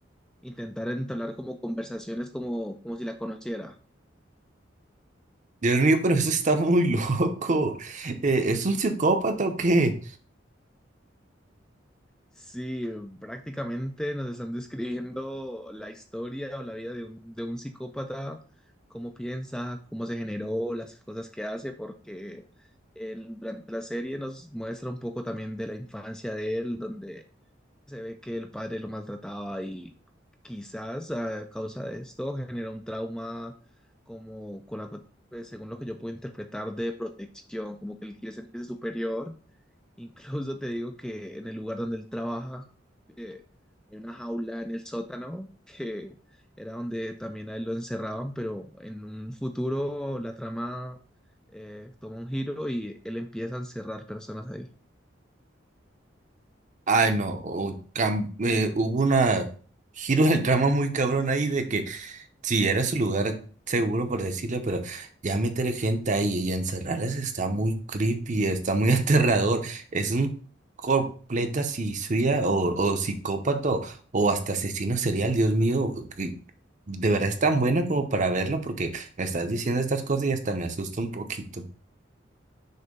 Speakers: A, in the centre; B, on the right.
A: intentar entablar como conversaciones como, como si la conociera.
B: Dios mío, pero eso está muy <laughs> loco. Eh, ¿es un psicópata o qué?
A: Sí, prácticamente nos están describiendo la historia o la vida de un, de un psicópata, cómo piensa, cómo se generó, las cosas que hace, porque el, durante la serie nos muestra un poco también de la infancia de él, donde se ve que el padre lo maltrataba y quizás a causa de esto genera un trauma como con la, cu- pues, según lo que yo puedo interpretar, de protección, como que él quiere sentirse superior Incluso te digo que en el lugar donde él trabaja eh, hay una jaula en el sótano que era donde también a él lo encerraban, pero en un futuro la trama eh, toma un giro y él empieza a encerrar personas ahí.
B: Ay, no. o cam- eh, hubo una giro del trama muy cabrón ahí de que Sí, era su lugar seguro, por decirlo, pero ya meter gente ahí y encerrarlas está muy creepy, está muy <laughs> aterrador. Es un completa suicida o, o psicópata o, o hasta asesino serial, Dios mío. que De verdad es tan buena como para verlo porque me estás diciendo estas cosas y hasta me asusta un poquito.